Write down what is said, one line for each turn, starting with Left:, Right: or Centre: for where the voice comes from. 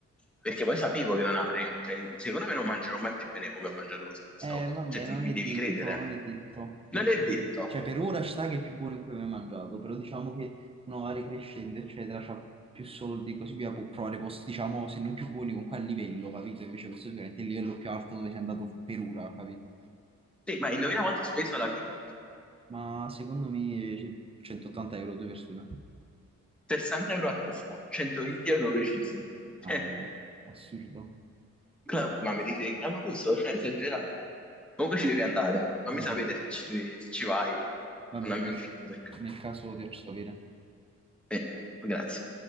Centre: perché poi sapevo che non avrei, cioè, secondo me non mangerò mai più bene come ho mangiato questa
Right: Eh,
Centre: volta.
Right: vabbè,
Centre: Cioè, ti-
Right: non
Centre: mi
Right: è
Centre: devi
Right: detto,
Centre: credere.
Right: non è detto,
Centre: Non
Right: perché,
Centre: è detto.
Right: cioè, per ora ci sta che è il più buono in cui ho mai mangiato, però diciamo che uno va ricrescendo, eccetera, c'ha più soldi, così via, può provare posti, diciamo, se non più buoni, comunque a livello, capito? Invece questo sicuramente è il livello più alto dove sei andato per ora, capito?
Centre: Sì, ma indovina quanto ho speso alla fine?
Right: Ma secondo me eh, 180 euro due persone.
Centre: 60 euro a testa, 120 euro precisi.
Right: Mamma
Centre: Eh,
Right: mia, assurdo.
Centre: cla- ma mi dici che è clamoroso, cioè, esagerato. Comunque ci devi andare. Fammi sapere
Right: Vabbè,
Centre: se ci, se ci vai,
Right: va
Centre: mandami
Right: bene,
Centre: un feedback.
Right: nel caso ti faccio sapere.
Centre: Eh, grazie.